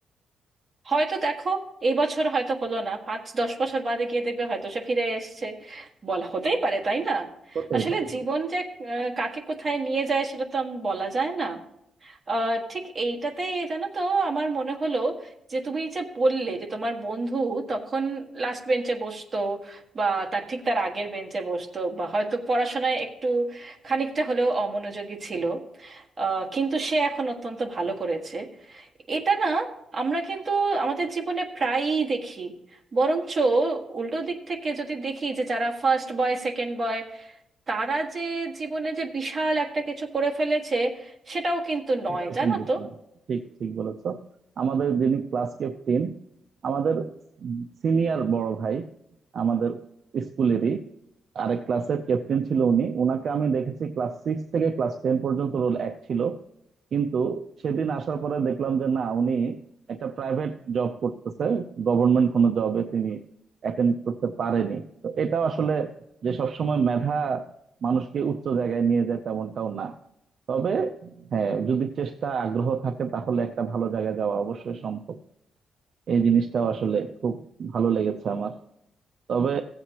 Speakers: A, on the right (about 25°); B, on the right (about 50°).
A: হয়তো দেখো এই বছর হয়তো হলো না পাঁচ দশ বছর বাদে গিয়ে দেখবে হয়তো সে ফিরে এসছে বল হতেই পারে তাই না
B: হতেই
A: আসলে
B: পারে
A: জীবন যে আহ, কাকে কোথায় নিয়ে যায় সেটা তো আম- বলা যায় না আহ, ঠিক এইটাতে জানো তো আমার মনে হলো যে তুমি যে বললে যে তোমার বন্ধু তখন লাস্ট বেঞ্চে বসতো বা তার ঠিক তার আগের বেঞ্চে বসতো বা হয়তো পড়াশোনায় একটু খানিকটা হলেও অমনোযোগী ছিল আহ, কিন্তু সে এখন অত্যন্ত ভালো করেছে এটা না আমরা কিন্তু আমাদের জীবনে প্রায়ই দেখি বরঞ্চ উল্টো দিক থেকে যদি দেখি যে যারা ফার্স্ট বয় সেকেন্ড বয় তারা যে জীবনে যে বিশাল একটা কিছু করে ফেলেছে সেটাও কিন্তু নয়
B: সেটাও
A: জানো
B: কিন্তু
A: তো
B: না ঠিক ঠিক বলেছো আমাদের যিনি ক্লাস ক্যাপ্টেন আমাদের সিনিয়র বড় ভাই আমাদের স্কুলেরই আরেক ক্লাসের ক্যাপ্টেন ছিল উনি উনাকে আমি দেখেছি ক্লাস সিক্স থেকে ক্লাস টেন পর্যন্ত রোল এক ছিল কিন্তু সেদিন আসার পরে দেখলাম যে না উনি একটা প্রাইভেট জব করতেছে গভর্নমেন্ট কোনো জবে তিনি অ্যাটেন্ড করতে পারেনি তো এটা আসলে যে সবসময় মেধা মানুষকে উচ্চ জায়গায় নিয়ে যায় তেমনটাও না তবে হ্যাঁ যদি চেষ্টা আগ্রহ থাকে তাহলে একটা ভালো জায়গায় যাওয়া অবশ্যই সম্ভব এই জিনিসটাও আসলে খুব ভালো লেগেছে আমার তবে